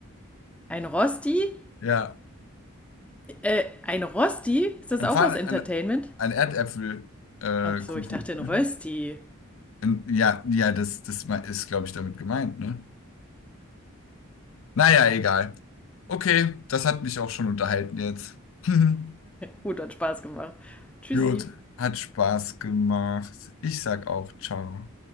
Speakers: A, in the centre; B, on the left (about 65°).
A: Ein Rosti?
B: Ja,
A: Äh, ein Rosti? Ist das
B: ein,
A: auch
B: Pfann,
A: aus Entertainment?
B: ein, ein Erdäpfelkuchen. Äh,
A: Ach so,
B: Kuchen.
A: ich dachte ein Rösti.
B: Ein- ja, ja, das, das me- ist, glaube ich, damit gemeint, ne? Naja, egal. Okay, das hat mich auch schon unterhalten jetzt. <laughs>
A: Gut, hat Spaß gemacht. Tschüssi.
B: Gut, hat Spaß gemacht. Ich sag auch ciao.